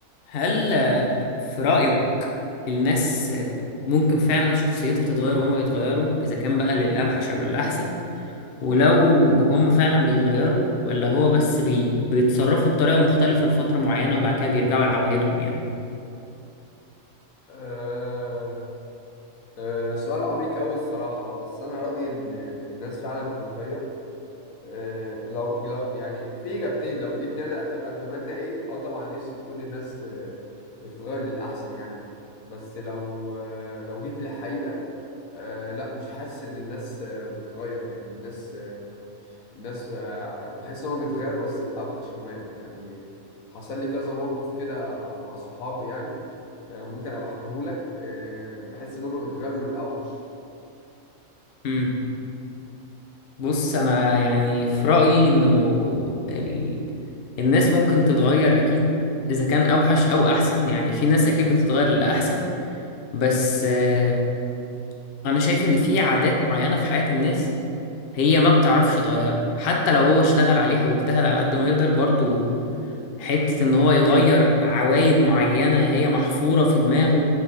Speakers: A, on the left (about 50°); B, on the left (about 75°).
A: هل آه، في رأيك الناس آه، ممكن فعلا شخصيتها تتغير وهم يتغيروا إذا كان بقى للأوحش أو للأحسن ولو هم فعلا بيتغيروا ولا هو بس بي... بيتصرفوا بطريقة مختلفة لفترة معينة وبعد كده بيرجعوا لعوايدهم يعني
B: آه آه سؤال عميق أوي الصراحة بس أنا رأيي إن الناس فعلا بتتغير آه لو, لو يعني في إجابتين لو جيت لي أنا أت- أتمنى إيه أه طبعا نفسي تكون الناس آه بتتغير للأحسن يعني بس لو آه لو جيت للحقيقة آه لا مش حاسس إن الناس آه بتتغير يعني الناس آه الناس آه بحس إن هما بيتغيروا بس الأوحش كمان يعني حصل لي كذا موقف كده مع صحابي يعني آه، ممكن ابقى احكيهولك آه، بحس ان هم بيتغيروا للاوحش
A: امم بص أنا يعني في رأيي إنه ال... الناس ممكن تتغير أكيد إذا كان أوحش أو أحسن يعني في ناس أكيد بتتغير للأحسن بس آه، أنا شايف إن في عادات معينة في حياة الناس هي ما بتعرفش تغيرها حتى لو هو اشتغل عليها واجتهد على قد ما يقدر برضو حتة ان هو يغير عوايد معينة هي محفورة في دماغه